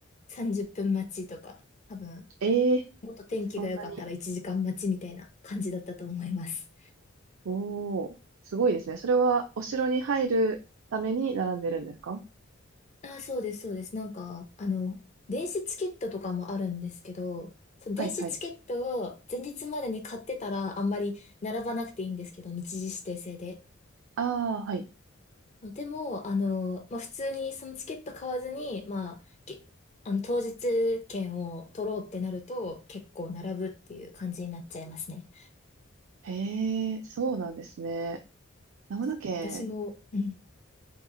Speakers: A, on the left; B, on the right.
A: 30分待ちとか、多分、
B: ええ
A: もっと天気が良かったら1時間待ちみたいな感じだったと思います。
B: そんなに。おー、すごいですね。それは、お城に入るために並んでるんですか
A: あ、そうです、そうです。なんか、あの、電子チケットとかもあるんですけど、その電子チケットを前日までに買ってたらあんまり並ばなくていいんですけど、
B: はいはい。
A: 日時指定制で。
B: ああ、はい。
A: でも、あの、まあ、普通にそのチケット買わずに、まあ、けあの、当日券を取ろうってなると結構並ぶっていう感じになっちゃいますね。
B: へえ、そうなんですね。長野県、
A: そうそう私も、うん。